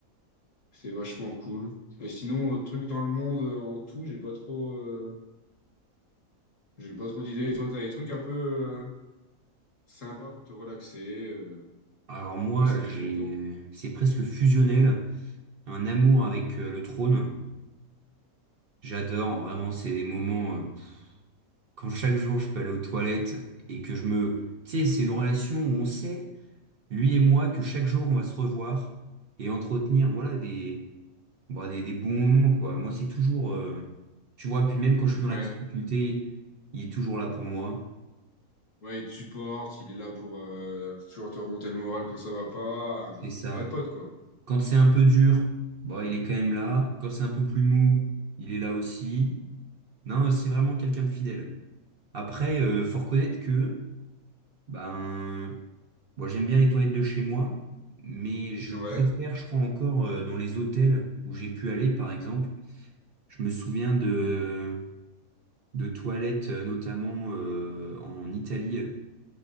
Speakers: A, on the left (about 60°); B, on the right (about 50°).
A: C'était vachement cool. Mais sinon, euh, truc dans le monde euh, en tout, j'ai pas trop. euh, J'ai pas trop d'idées. Et toi, t'as des trucs un peu euh, sympas pour te relaxer, euh,
B: Alors moi,
A: pour passer du
B: j'ai,
A: bon temps.
B: euh, c'est presque fusionnel, un amour avec euh, le trône. J'adore, vraiment, c'est des moments, euh, pff, quand chaque jour je peux aller aux toilettes, et que je me, tu sais, c'est une relation où on sait, lui et moi, que chaque jour on va se revoir, et entretenir, voilà, des... bon, des, des bons moments, quoi. Moi, c'est toujours, euh, tu vois, puis même quand je
A: Ouais,
B: suis dans la difficulté, il est toujours là pour moi.
A: ouais, il te supporte, il est là pour euh, toujours te remonter le moral quand ça va pas. Un
B: C'est ça.
A: vrai pote, quoi.
B: Quand c'est un peu dur, bon, il est quand même là. Quand c'est un peu plus mou, il est là aussi. Non, c'est vraiment quelqu'un de fidèle. Après, euh, faut reconnaître que, ben, bon, j'aime bien les toilettes de chez moi, mais je
A: Ouais,
B: préfère, je crois encore, euh, dans les hôtels où j'ai pu aller, par exemple. Je me souviens de, de toilettes, euh, notamment euh, en Italie.